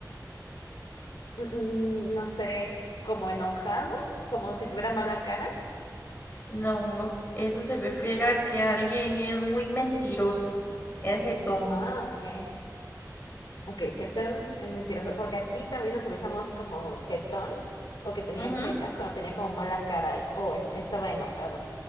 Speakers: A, on the left; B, on the left.
A: mm, mm, no sé, como enojado como si tuviera mala cara.
B: No, eso se refiere a que alguien es muy mentiroso, es jetón.
A: Ah, ok. Ok, jetón es mentiroso, porque aquí también nos utilizamos como jetón, o que tenía
B: Ujú.
A: jeta cuando tenía como mala cara y- o en- estaba enojado.